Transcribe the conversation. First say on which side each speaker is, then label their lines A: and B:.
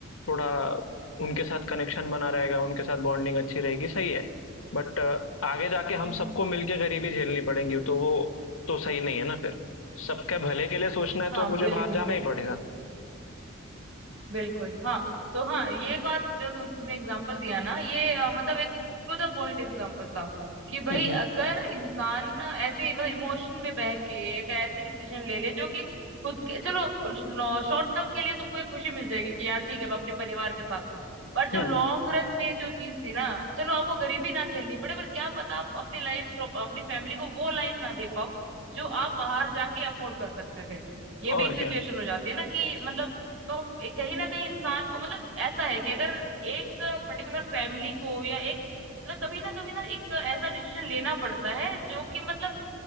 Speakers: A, on the left; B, on the right.
A: थोड़ा उनके साथ कनेक्शन बना रहेगा उनके साथ बॉन्डिंग अच्छी रहेगी सही है बट आगे जाके हम
B: हम्म हम्म,
A: सबको मिलके गरीबी झेलनी पड़ेगी तो वो तो सही नहीं है ना फिर सबके भले के लिए सोचना है तो
B: हाँ
A: मुझे
B: बिल्कुल
A: बाहर जाना
B: बिल्कुल
A: ही पड़ेगा
B: बिल्कुल हाँ तो हाँ ये बात जो तुम तुमने एग्जांपल दिया ना ये अ, मतलब एक टू द पॉइंट एग्जांपल था कि भाई
A: हम्म हम्म
B: अगर इंसान ऐसे मतलब इमोशन में बह के एक ऐसे डिसीजन ले ले जो कि खुद के चलो शॉर्ट टर्म के लिए तुमको एक खुशी मिल जाएगी कि यार ठीक है मैं अपने परिवार के साथ हूँ बट जो
A: हम्म,
B: लॉन्ग रन में जो चीज थी ना चलो आपको गरीबी ना झेलनी पड़े पर क्या पता आप अपनी लाइफ अपनी फैमिली को वो लाइफ ना दे पाओ जो आप बाहर जाके अफोर्ड कर सकते थे ये भी
A: और
B: एक सिचुएशन
A: क्या
B: हो जाती है ना कि मतलब तो एक- कहीं ना कहीं इंसान को मतलब ऐसा है कि अगर एक पर्टिकुलर फैमिली को या एक मतलब कभी ना कभी ना एक ऐसा डिसीजन लेना पड़ता है जो कि मतलब